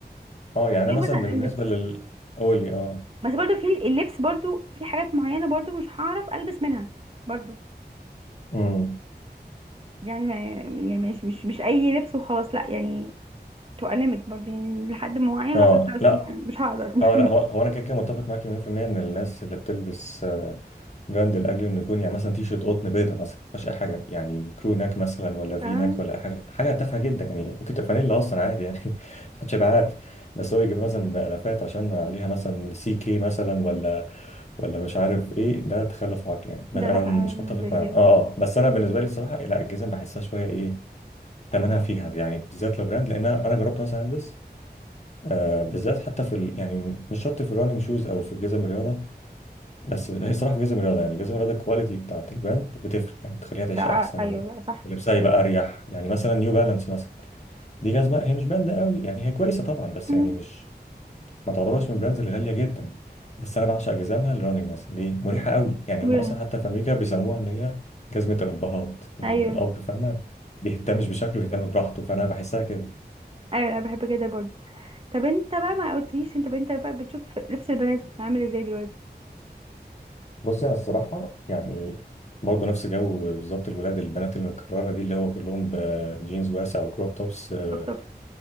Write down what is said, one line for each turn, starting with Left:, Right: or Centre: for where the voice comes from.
Left: أه يعني أنا
Right: يعني
Left: مثلا
Right: مثلا
Left: بالنسبة
Right: اللبس
Left: لل قولي أه
Right: بس برضو في اللبس برضو في حاجات معينه برضو مش هعرف البس منها برضو
Left: امم.
Right: يعني ما يعني مش مش مش اي ليميت وخلاص لا يعني تبقى ليميت برضو يعني لحد معين
Left: اه
Right: لو خلاص
Left: لا
Right: مش هقدر <laughs>
Left: اه لا هو هو انا كده كده متفق معاك 100% ان الناس اللي بتلبس آه، براند لاجل انه يكون يعني مثلا تي شيرت قطن بيضه مثلا ما فيهاش اي حاجه يعني كرو ناك مثلا ولا في
Right: اه
Left: ناك ولا اي حاجه حاجه تافهه جدا يعني ممكن تبقى فانيلا اصلا عادي يعني <laughs> محدش هيبقى عارف بس هو يجيب مثلا بالافات عشان عليها مثلا سي كي مثلا ولا ولا مش عارف ايه ده تخلف عقلي يعني انا
Right: ده دخل
Left: مش
Right: بالنسبه
Left: متفق
Right: لي
Left: معاه
Right: كده
Left: اه اه بس انا بالنسبه لي الصراحه لا الجزم بحسها شويه ايه ثمنها فيها يعني بالذات لو براند لان انا أنا جربت مثلا البس آه بالذات حتى في ال... يعني مش شرط في الراننج شوز او في جزم الرياضه بس هي الصراحه في جزم الرياضه يعني جزم الرياضه الكواليتي بتاعت البراند بتفرق يعني بتخليها تعيش
Right: لا
Left: احسن
Right: آه، ايوه لا صح
Left: ولبسها يبقى اريح يعني مثلا نيو بالانس مثلا دي جزمه هي مش براند قوي يعني هي كويسه طبعا
Right: <laughs>
Left: بس
Right: مم.
Left: يعني مش ما تعتبرش من البراندز الغاليه جدا بس انا بعشق جزامها الراننج مثلا دي مريحه قوي يعني
Right: مريحة.
Left: هم اصلا حتى في امريكا بيسموها ان هي جزمه الابهات يعني
Right: ايوه
Left: الاب فاهمه بيهتمش بشكله يهتم براحته فانا بحسها كده
Right: ايوه انا بحب كده برضو طب انت بقى ما قلتليش انت انت بقى بتشوف لبس البنات عامل ازاي دلوقتي
Left: بص انا الصراحه يعني برضه نفس جو بالظبط الولاد البنات المتكرره دي اللي هو كلهم بجينز واسع وكروب توبس اه
Right: طبطبت